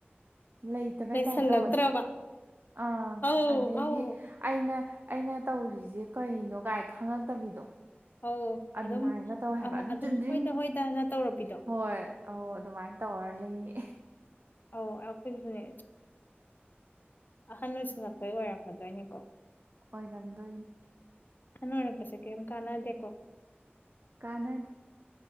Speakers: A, on the right; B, on the left.
A: ꯂꯩꯇꯕꯩꯇꯥꯏꯞ
B: ꯂꯩꯁꯜꯂꯛꯇ꯭ꯔꯕ
A: ꯇꯧꯋꯦ ꯑꯥ
B: ꯑꯧ
A: ꯑꯗꯒꯤ
B: ꯑꯧ
A: ꯑꯩꯅ ꯑꯩꯅ ꯇꯧꯔꯤꯁꯦ ꯀꯩꯅꯣ ꯀꯥꯏ ꯈꯪꯉꯛꯇꯕꯤꯗꯣ
B: ꯑꯧ
A: ꯑꯗꯨꯃꯥꯏꯅꯒ
B: ꯑꯗꯨꯝ
A: ꯇꯧꯋꯦ ꯍꯥꯏꯕ
B: ꯑꯃ
A: ꯑꯗꯨꯝ ꯆꯨꯝꯗ꯭ꯔꯤꯡ
B: ꯍꯣꯏꯗ ꯍꯣꯏꯗꯅ ꯇꯧꯔꯛꯄꯤꯗꯣ
A: ꯍꯣꯏ ꯑꯧ ꯑꯗꯨꯃꯥꯏꯅ ꯇꯧꯔ ꯂꯩꯌꯦ
B: ꯑꯧ ꯑꯩꯈꯣꯏꯁꯨꯅꯦ ꯑꯍꯟ ꯑꯣꯏꯁꯤꯜꯂꯛꯄꯩ ꯑꯣꯏꯔꯝꯃꯗꯣꯏꯅꯤꯀꯣ
A: ꯑꯣꯏꯔꯝꯗꯣꯏꯅꯤ
B: ꯑꯍꯟ ꯑꯣꯏꯔꯛꯄꯁꯤ ꯀꯩꯝ ꯀꯥꯟꯅꯗꯦꯀꯣ
A: ꯀꯥꯟꯅꯗꯦ